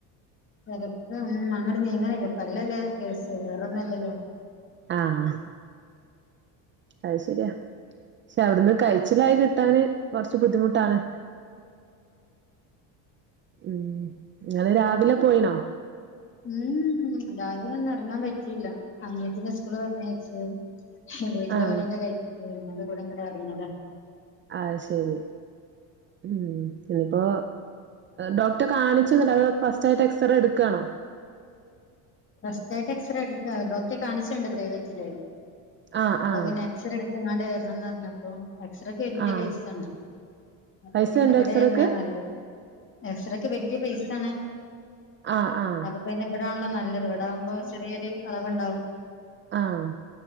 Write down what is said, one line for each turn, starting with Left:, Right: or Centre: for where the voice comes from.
Left: തെരക്കാണ്. അങ്ങട് നീങ്ങണ്ല്ല. പ ല്ലല്ലേ കേസ് വേറൊന്നും അല്ലല്ലോ.
Right: ആഹ് അത് ശരിയാ പക്ഷെ അവിടുന്ന് കഴിച്ചിലായി കിട്ടാന് കുറച്ച് ബുദ്ധിമുട്ടാണ് ഉം ങ്ങള് രാവിലെ പോയിനോ
Left: ഉം രാവില ഒന്നും ഇറങ്ങാൻ പറ്റിയില്ല അനിയത്തിന്റെ സ്കൂള് പറഞ്ഞയച്ച് വീട്ടിലെ
Right: ആഹ്
Left: പണിയൊക്കെ കഴിച്ച്ങ്ങാണ്ട് ഇവടെ ഇങ്ങട് ഇറങ്ങിയതാ
Right: ആഹ് ശരി ഉം ഇനിയിപ്പോ ഡോക്ടറെ കാണിച്ചോന്നില്ല അത് ഫസ്റ്റാട്ട് എക്സ്റേ എടുക്കാണോ
Left: ഫസ്റ്റായിട്ട് എക്സറേ എടുക്ക ഡോക്ടറെ കാണിച്ചിട്ടുണ്ടോ പ്രൈവറ്റില്
Right: ആഹ്
Left: അപ്പൊ
Right: ആഹ്
Left: പിന്നെ എക്സറേ എടുത്ത് ഇങ്ങാണ്ട് വരണംന്ന് പറഞ്ഞ തോ എക്സറേക്ക് വല്ല്യ
Right: ആഹ്
Left: പൈസാണ് അപ്പൊ
Right: പൈസ
Left: പിന്നെ
Right: ഉണ്ടോ
Left: ഇവിടെ
Right: എക്സറക്ക്
Left: വരുന്നാ നല്ലത് എക്സറേക്ക് വല്ല്യ പൈസാണ്
Right: ആഹ് ആഹ്
Left: അപ്പൊ പിന്നെ ഇവിടാണല്ലോ നല്ല ഇവടാകുമ്പോ ചെറിയൊരു എളവ്ണ്ടാവും.
Right: ആഹ്